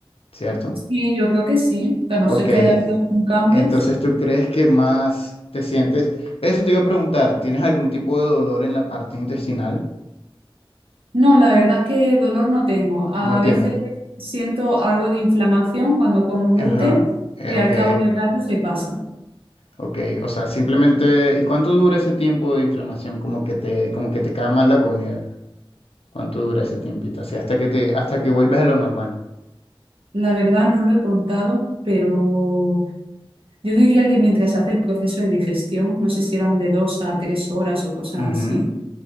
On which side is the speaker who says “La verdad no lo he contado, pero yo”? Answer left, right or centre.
Right